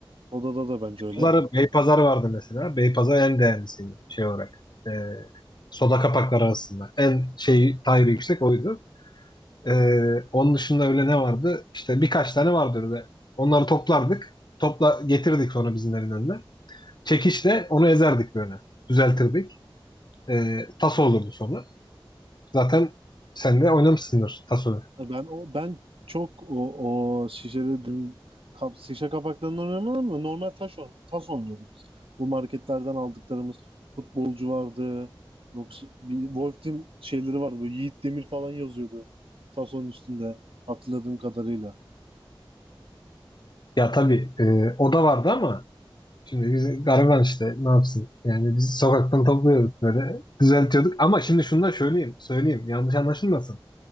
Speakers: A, on the right; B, on the left.
A: odada da bence öyle.
B: Sonra Beypazarı, Beypazarı vardı mesela. Beypazarı en değerlisiydi şey olarak. Ee, soda kapakları arasında. En şey tayri yüksek oydu. Ee, onun dışında öyle ne vardı? İşte birkaç tane vardı öyle. Onları toplardık. Topla getirdik sonra bizimlerin önüne. Çekişle onu ezerdik böyle. Düzeltirdik. Ee, tas olurdu sonra. Zaten sen de oynamışsındır Taso'yu.
A: E, Ben o ben çok o, o şişede dün kap, şişe kapaklarından oynamadım da normal taş on, tas oynuyorduk biz. Bu marketlerden aldıklarımız futbolcu vardı. Yoksa bir Wolf Team şeyleri vardı. Böyle Yiğit Demir falan yazıyordu. Tasonun üstünde hatırladığım kadarıyla.
B: Ya tabii e, o da vardı ama şimdi biz gariban işte ne yapsın? Yani biz sokaktan topluyorduk böyle düzeltiyorduk. Ama şimdi şunu da söyleyeyim, söyleyeyim yanlış anlaşılmasın.